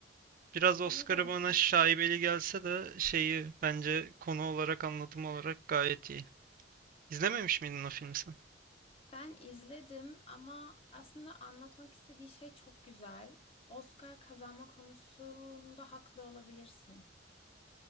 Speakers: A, on the right; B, on the left.
A: Biraz Oscar'ı
B: Onu da izledim.
A: bana şaibeli gelse de şeyi bence konu olarak anlatım olarak gayet iyi. İzlememiş miydin o filmi sen?
B: Ben izledim ama aslında anlatmak istediği şey çok güzel. Oscar kazanma konusunda haklı olabilirsin.